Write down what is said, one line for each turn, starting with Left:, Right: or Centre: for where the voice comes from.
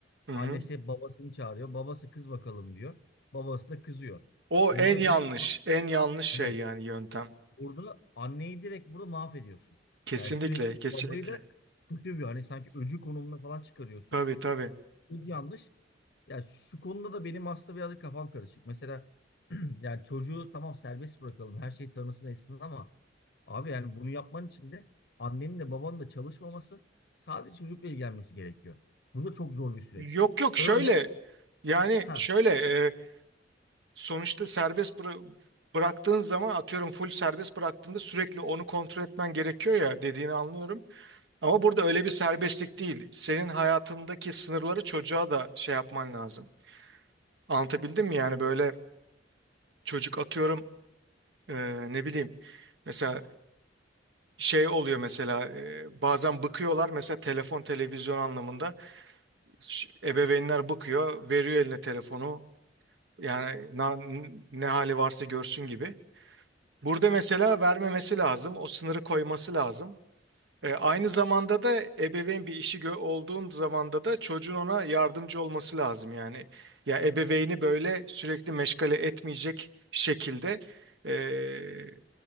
Right: Hı
Left: Annesi
Right: hı.
Left: hep babasını çağırıyor. Babası kız bakalım diyor. Babası da kızıyor.
Right: O
Left: Burada
Right: en yanlış,
Left: direkt
Right: en yanlış şey
Left: evet
Right: yani yöntem.
Left: Burada anneyi direkt burada mahvediyorsun.
Right: Kesinlikle,
Left: Yani sürekli
Right: kesinlikle.
Left: babayı da kötü bir hani sanki öcü konumuna falan çıkarıyorsun.
Right: Tabii tabii.
Left: Bu yanlış. Yani şu konuda da benim aslında birazcık kafam karışık. Mesela <clears throat> yani çocuğu tamam serbest bırakalım her şeyi tanısın etsin ama abi yani bunu yapman için de annenin de babanın da çalışmaması sadece çocukla ilgilenmesi gerekiyor. Bu da çok zor bir süreç.
Right: Yok yok
Left: Örnek
Right: şöyle yani
Left: ha
Right: şöyle e, sonuçta serbest bıra- bıraktığın zaman atıyorum full serbest bıraktığında sürekli onu kontrol etmen gerekiyor ya dediğini anlıyorum. Ama burada öyle bir serbestlik değil. Senin hayatındaki sınırları çocuğa da şey yapman lazım. Anlatabildim mi yani böyle çocuk atıyorum e, ne bileyim mesela şey oluyor mesela e, bazen bıkıyorlar mesela telefon televizyon anlamında. Ş- ebeveynler bakıyor, veriyor eline telefonu. Yani na- ne hali varsa görsün gibi. Burada mesela vermemesi lazım, o sınırı koyması lazım. E, aynı zamanda da ebeveyn bir işi gö- olduğun zamanda da çocuğun ona yardımcı olması lazım yani. Ya ebeveyni böyle sürekli meşgale etmeyecek şekilde e,